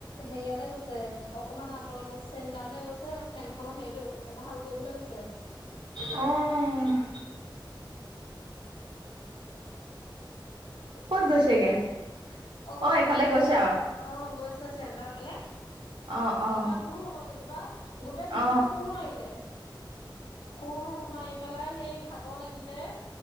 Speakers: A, on the left; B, on the right.
A: হেয়ালৈ গৈছে। অকমান আঁতৰলৈ, চেণ্টাৰলৈ গৈছে, ফেনখনৰ হেৰিটো ভাল কৰিবলৈ গৈছে।
B: অ'।
A: <unintelligible>
B: ক'ত গৈছেগে
A: <unintelligible> দেই। অকমান
B: অ এইফালে
A: এই,
B: গৈছে আৰু
A: অ', গৈছে চেণ্টাৰৰ ফালে।
B: অ অ
A: অকমান দূৰ হব যেনিবা, গোটেই দিনটো
B: অ
A: কোৰ মাৰিলে। কোৰ মাৰি পেলাই হেৰি ভাগৰ লাগিলে,